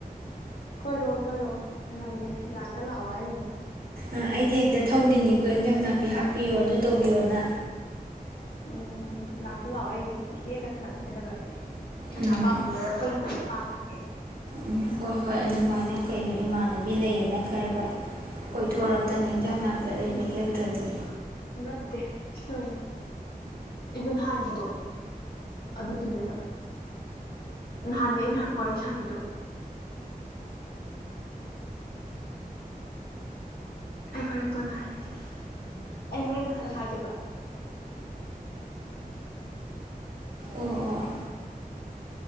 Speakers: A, on the left; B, on the right.
A: ꯀꯣꯏꯔꯣ ꯀꯣꯏꯔꯛꯑꯣ ꯊꯥꯅꯝꯒꯦ ꯂꯥꯛꯇ ꯂꯥꯛꯑꯣ ꯍꯥꯏꯔꯤꯝꯅꯦ
B: ꯑ ꯑꯩꯗꯤ ꯍꯦꯛꯇ ꯊꯧꯗꯤꯅꯤꯕꯨ ꯑꯦꯟꯖꯥꯡ ꯅꯥꯄꯤ ꯍꯥꯞꯄꯤꯌꯣ ꯑꯗꯨ ꯇꯧꯕꯤꯌꯣꯅ
A: ꯎꯝ ꯎꯝ ꯎꯝ ꯂꯥꯛꯇ ꯂꯥꯛꯑꯣ ꯑꯩ ꯍꯦꯛꯑꯒ ꯊꯅꯝꯒꯦ ꯀꯩꯗꯧꯔꯒꯦ ꯅꯪꯅ
B: ꯎꯝ
A: ꯑꯄꯥꯝꯕꯒꯩ ꯑꯈꯣꯢ ꯍꯤꯡꯒꯣꯟꯗ ꯄꯟꯕꯒꯩ <unintelligible>
B: ꯎꯝ ꯍꯣꯏ ꯍꯣꯏ ꯑꯗꯨꯃꯥꯏꯅ ꯀꯩꯅꯣ ꯏꯃꯥꯟꯅꯕꯤ ꯂꯩꯌꯦꯅ ꯈꯔꯒ
A: ꯀꯤꯃꯗꯣꯔꯣ
B: ꯀꯣꯏꯊꯣꯔꯛꯇꯅ
A: ꯀꯅꯒꯅꯣ ꯅꯪ
B: ꯏꯟꯖꯥꯡ
A: ꯋꯥꯔꯤ
B: ꯅꯥꯄꯤ
A: ꯁꯥꯏꯗꯣ
B: ꯑꯔꯩꯕ
A: ꯍꯥ ꯎꯝ
B: ꯍꯦꯛꯇ꯭ꯔꯗꯤ
A: ꯅꯠꯇꯦ ꯇꯣꯏꯅꯦ ꯏꯕꯨ ꯅꯍꯥꯟꯒꯤꯗꯣ ꯑꯗꯨꯗꯨꯅꯦꯕ ꯅꯍꯥꯟꯗꯤ ꯑꯩꯟ ꯍꯥꯏꯕꯥ ꯋꯥꯔꯤ ꯁꯥꯕꯤꯗꯣ ꯑꯩ ꯍꯣꯔꯦꯟ ꯀꯣꯟꯅ ꯍꯥꯏꯔꯒꯦ ꯑꯩ ꯍꯣꯔꯦꯟ ꯉꯥꯏꯍꯛ ꯂꯩ ꯍꯥꯏꯒꯦꯕ
B: ꯑꯣ ꯑꯣ